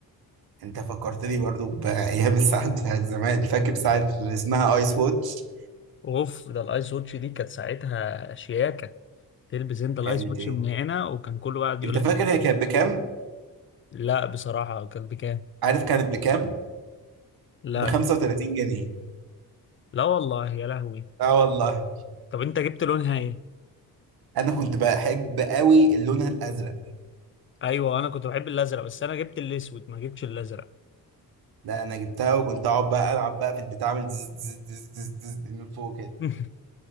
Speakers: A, on the right; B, on the left.
A: انت فكرتني برضو بايام الساعات بتاعت زمان فاكر ساعه اللي اسمها ايس واتش
B: اوف ده الايس واتش دي كانت ساعتها شياكه تلبس انت الايس
A: كانت
B: واتش من هنا وكان كله قاعد يقول
A: انت
B: لك
A: فاكر هي كانت بكام؟
B: لا بصراحه كان بكام
A: عارف كانت بكام؟
B: لا
A: ب 35 جنيه
B: لا والله يا لهوي
A: اه والله
B: طب انت جبت لونها ايه
A: انا كنت بحب قوي اللون الازرق
B: ايوه انا كنت بحب الازرق بس انا جبت الاسود ما جبتش الازرق
A: لا انا جبتها وكنت اقعد بقى العب بقى في البتاع من زز زز زز زز زز من فوق كده
B: <laughs>